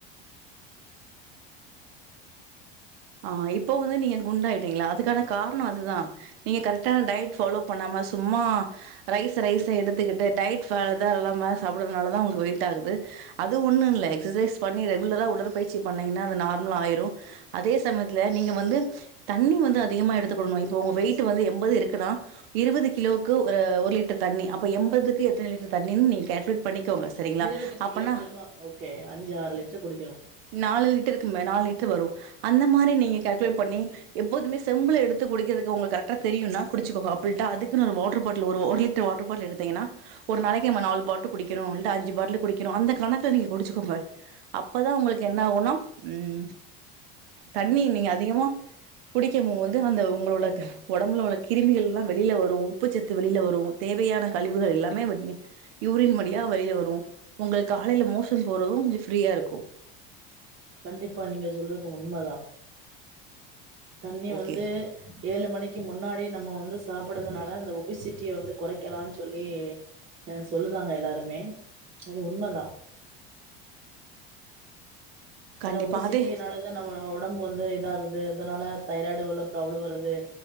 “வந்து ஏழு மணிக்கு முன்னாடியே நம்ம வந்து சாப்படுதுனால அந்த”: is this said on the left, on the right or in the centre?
Right